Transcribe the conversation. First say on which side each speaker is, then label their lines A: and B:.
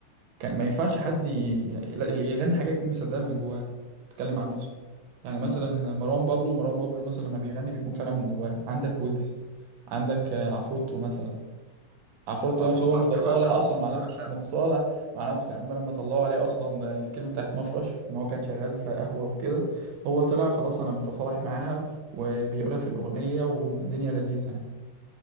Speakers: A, on the right; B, on the right.
A: كان ما ينفعش حد ي... اللي يغني حاجة يكون مصدقها من جواه تتكلم عن نفسه يعني مثلا
B: عندك حق
A: مروان بابلو مروان بابلو مثلا لما بيغني بيكون فعلا من جواه عندك ويجز عندك آه، عفروتو مثلا عفروتو
B: اه عفروت
A: نفسه هو متصالح
B: على فكره بعشقه
A: اصلا مع
B: بعشقه
A: نفسه متصالح مع نفسه يعني هما لما طلعوا عليه اصلا الكلمه بتاعت مفرش ان هو كان شغال في قهوه وكده هو طلع خلاص انا متصالح معاها وبيقولها في الاغنيه والدنيا لذيذه يعني